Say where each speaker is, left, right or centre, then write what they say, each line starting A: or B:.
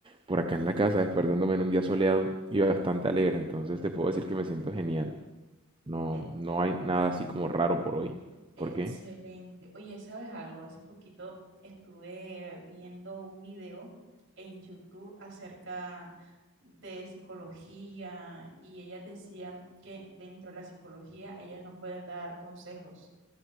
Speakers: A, on the right; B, on the right.
A: por acá en la casa despertándome en un día soleado y bastante alegre. Entonces te puedo decir que me siento genial. No,
B: E-
A: no hay nada así como raro por hoy.
B: excelente.
A: ¿Por qué?
B: Oye, ¿sabes algo? Hace poquito estuve viendo un video en YouTube acerca de psicología y ellas decían que dentro de la psicología ellas no pueden dar consejos